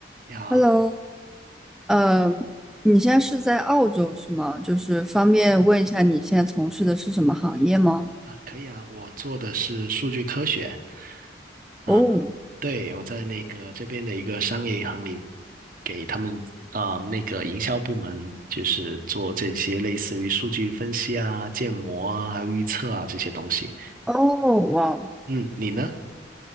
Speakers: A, on the right; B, in the centre.
A: 你好
B: Hello，呃，你现在是在澳洲是吗？就是方便问一下你现在从事的是什么行业吗？
A: 啊，可以啊，我做的是数据科学啊，
B: 哦
A: 对，我在那个这边的一个商业银行里，给他们啊、那个营销部门，就是做这些类似于数据分析啊、建模啊、还有预测啊这些东西。
B: 哦，哇，
A: 嗯，你呢？